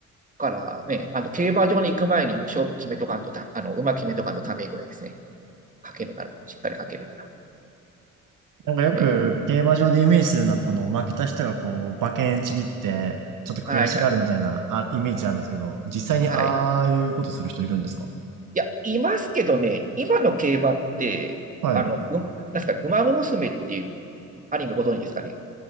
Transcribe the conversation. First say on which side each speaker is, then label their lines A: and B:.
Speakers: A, on the right; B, on the right.
A: からね、あの、競馬場に行く前にもう勝負決めとかんとた、あの、馬決めとかんとダメぐらいですね。かけるなら、しっかりかけるなら
B: なんかよく競馬場でイメージするのは、
A: ですね。
B: この負けた人がこう、馬券ちぎって、ちょっと悔しがるみたいな、
A: はいはい。
B: あ、イメージあるんですけど、実際にああいうことする人いるんですか
A: はい。いや、いますけどね、今の競馬って、
B: はい。
A: あの、うん、なんすか、馬娘っていうアニメご存知ですかね。